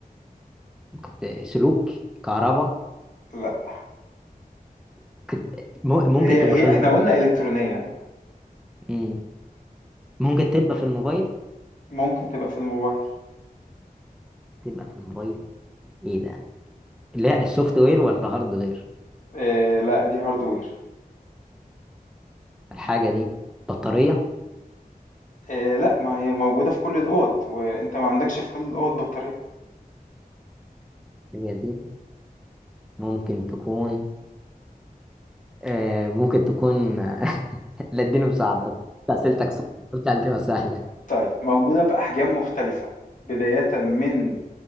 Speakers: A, in the centre; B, on the left.
A: ممكن ت- سلوك كهرباء
B: لا
A: ممكن ت- م- ممكن
B: هي
A: تبقى
B: هي
A: في الموبايل
B: احنا قلنا إلكترونية
A: مم. ممكن تبقى في الموبايل
B: ممكن تبقى في الموبايل
A: تبقى في الموبايل ايه ده لا السوفت وير ولا هارد وير
B: آه لا دي هاردوير
A: الحاجه دي بطاريه
B: آه لا ما هي موجودة في كل الأوض وانت ما عندكش في كل الأوض بطارية
A: الحاجه دي ممكن تكون آه ممكن تكون <laughs> لا اديني مساعده أنت اسئلتك صعبة، قلت هتجيبها سهله
B: طيب موجودة بأحجام مختلفة بداية من